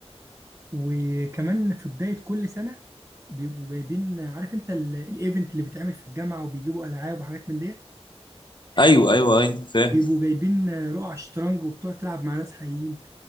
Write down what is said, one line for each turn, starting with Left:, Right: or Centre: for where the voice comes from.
Right: وكمان في بداية كل سنة بيبقوا جايبين عارف انت ال- الايفنت اللي بيتعمل في الجامعة وبيجيبوا ألعاب وحاجات من ديت
Left: ايوه ايوه ايوه فاهم
Right: بيبقوا جايبين رقع شطرنج وبتقعد تلعب مع ناس حقيقيين